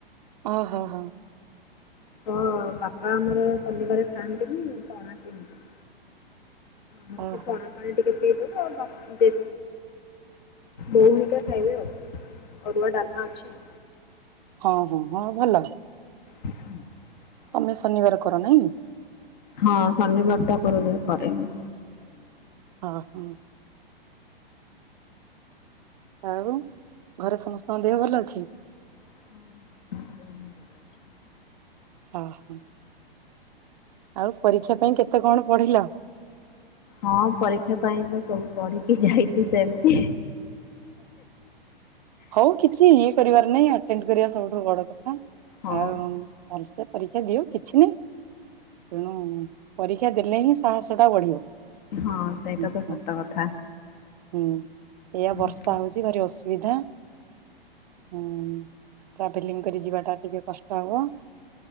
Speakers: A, on the right; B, on the left.
A: ଅ ହ ହ।
B: ହଁ ବାପା ଆମର ଶନିବାରେ ଖାଆନ୍ତିନି ପଣା ପିଅନ୍ତି। ଆମର
A: ଓହୋ
B: ସେ ପଣା ପାଣି ଟିକେ ପିଇଦେବେ ଆଉ ବା ବୋଉ ହେରିକା ଖାଇବେ ଆଉ। ଅରୁଆ ଡାଲମା ଅଛି ଆଉ।
A: ହଁ ହଁ ହଁ ଭଲ।
B: ହୁଁ। <inaudible>
A: ତମେ ଶନିବାର କର ନାଇଁ?
B: ହଁ ଶନିବାରେ ଟା କରାଯାଏ କରେ ମୁଁ।
A: ଅ ହଁ। ଆଉ ଘରେ ସମସ୍ତଙ୍କ ଦେହ ଭଲ ଅଛି?
B: ହଁ ହଁ ହଁ ସମସ୍ତେଙ୍କ ଦେହ ଭଲ ଅଛି।
A: ହ ହଉ ଆଉ ପରୀକ୍ଷା ପାଇଁ କେତେ କଣ ପଢିଲ?
B: ହଁ ପରୀକ୍ଷା ପାଇଁ ତ ସବୁ ପଢିକି ଯାଇଚି ସେମିତି।
A: ହଉ କିଛି ଇଏ କରିବାର ନାଇଁ ଆଟେଣ୍ଡ କରିବା ସବୁଠୁ ବଡ କଥା।
B: ହଁ।
A: ଆଉ ଭଲସେ ପରୀକ୍ଷା ପରୀକ୍ଷା ଦିଅ କିଛି ନାହିଁ। ତେଣୁ ପରୀକ୍ଷା ଦେଲେ ହିଁ ସାହସ ଟା ବଢିବ।
B: ହଁ ସେଇଟା
A: ହୁଁ
B: ତ
A: ହୁଁ
B: ସତ କଥା।
A: ହୁଁ ଏଆ
B: ହୁଁ।
A: ବର୍ଷ ଆ ହଉଚି ଭାରି ଅସୁବିଧା ହୁଁ। ଟ୍ରାଭେଲିଂ କରି ଯିବାଟା ଟିକିେ କଷ୍ଟ ହେବ।